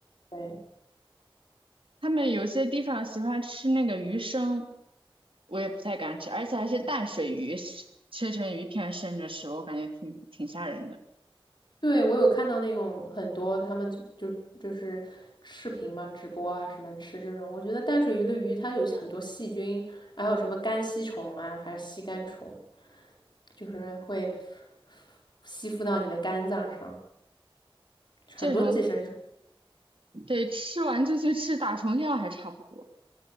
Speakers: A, on the left; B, on the right.
A: 对。
B: 他们有些地方喜欢吃那个鱼生，我也不太敢吃，而且还是淡水鱼，是切成鱼片生着吃，我感觉挺挺吓人的。
A: 对，我有看到那种很多他们就就是视频嘛，直播啊什么吃这种，我觉得淡水鱼的鱼它有很多细菌，还有什么肝吸虫啊，还有吸肝虫，就是会吸附到你的肝脏上。
B: 这种
A: 很多寄生虫，
B: 得吃完就去吃打虫药还差不多。